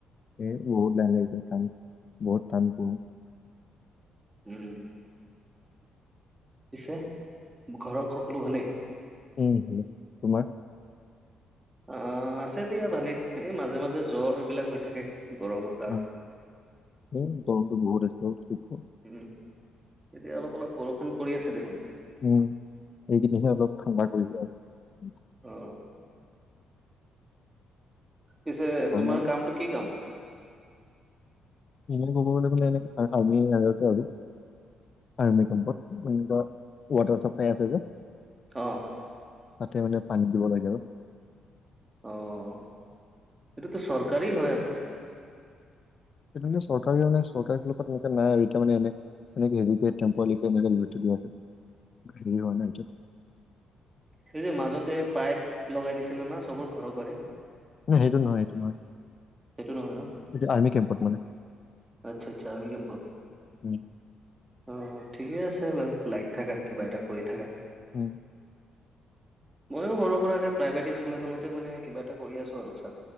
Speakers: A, on the left; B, on the right.
A: এ বহুত বেয়া লাগি যায় টান বহুত টান পৰে
B: উম পিছে ঘৰৰ সকলো ভালেই
A: উম ভালেই তোমাৰ
B: অ আছে দিয়া ভালেই, এই মাজে মাজে জ্বৰ এইবিলাক হৈ থাকে গৰম আৰু
A: অ এ গৰমতো বহুত আছে অ কি কম
B: উম, এতিয়া অলপ অলপ বৰষুণ পৰি আছে দেখোন।
A: উম এইকেইদিনহে অলপ ঠাণ্ডা কৰিছে আৰু
B: অ পিছে
A: আৰু।
B: তোমাৰ কামটো কি কাম
A: ইনে কব লে আমি টাইমিং লাগেতো আৰু আৰ্মি কেম্পত ইতৰ ৱাটাৰ চাপ্লাই আছে যে
B: অ
A: তাতে মানে পানী দিব লাগে আৰু
B: অ এইটোতো চৰকাৰী হয় আকৌ
A: সেইটো মানে চৰকাৰী মানে চৰকাৰ ফালৰ তেনেকে নাই আৰু এতিয়া মানে এনে এনেকে হেৰিকে টেম্পোৱাৰীকে এনেকে লৈ থৈ দি আছে, হেৰি হোৱা নাই এইটো।
B: সেই যে মাজত‌ পাইপ লগাই দিছিলে না চবৰ ঘৰে ঘৰে
A: নহয় সেইটো নহয় সেইটো নহয়।
B: সেইটো নহয় ন।
A: এইটো আৰ্মি কেম্পত মানে
B: আচ্ছা আচ্ছা আৰ্মি কেম্পত
A: উম
B: অ ঠিকে আছে বাৰু, লাইক থাকা কিবা এটা কৰি থাকা।
A: উম
B: মইয়ো সৰু সুৰাকে মানে প্ৰাইভেট স্কুল এখনতে মানে কিবা এটা কৰি আছো আৰু চা